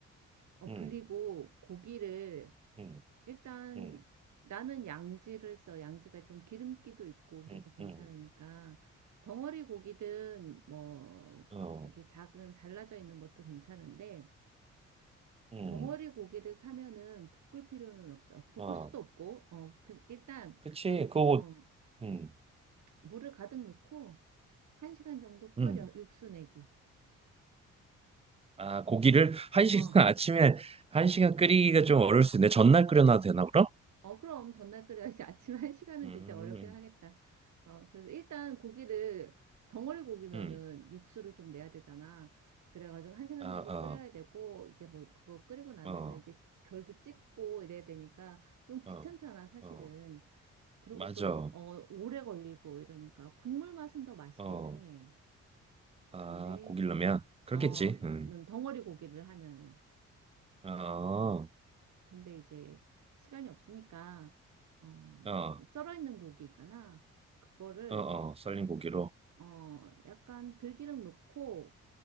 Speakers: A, on the right; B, on the right.
A: 어,
B: 음,
A: 불리고 고기를
B: 음,
A: 일단
B: 음,
A: 나는 양지를 써. 양지가 좀 기름기도 있고 그래서
B: 음,
A: 괜찮으니까
B: 음,
A: 덩어리 고기든 뭐
B: 어,
A: 이렇게 작은 잘라져 있는 것도 괜찮은데
B: 음,
A: 덩어리 고기를 사면은 볶을 필요는 없어. 볶을
B: 어,
A: 수도 없고 어 그, 일단
B: 그치,
A: 물
B: 그거,
A: 어
B: 음,
A: 물을 가득 넣고 한 시간 정도 끓여
B: 음.
A: 육수 내기.
B: 아, 고기를 한 시간
A: 어.
B: <laughs> 아침에 한 시간 끓이기가 좀 어려울 수 있는데 전날 끓여놔도 되나 그럼?
A: 어, 그럼 전날 끓여야지. <laughs> 아침 한 <laughs> 시간은
B: 음,
A: 진짜 어렵긴 하겠다. 어, 그래서 일단 고기를 덩어리 고기면은
B: 음,
A: 육수를 좀 내야 되잖아. 그래가지고 한 시간
B: 아,
A: 정도
B: 아,
A: 끓여야 되고 이제 뭐 그거 끓이고 나면은
B: 어,
A: 이제 결도 찍고 이래야 되니까 좀 귀찮잖아,
B: 어,
A: 사실은.
B: 어,
A: 그리고
B: 맞아.
A: 또 어, 오래 걸리고 이러니까 국물 맛은 더 맛있기는
B: 어,
A: 해.
B: 아,
A: 근데
B: 고기라면 그렇겠지.
A: 어,
B: 음.
A: 는 덩어리 고기를 하면은
B: 어, 어,
A: 근데 이제 시간이 없으니까 어,
B: 어,
A: 썰어 있는 고기 있잖아. 그거를
B: 어, 썰린 고기로,
A: 어, 약간 들기름 넣고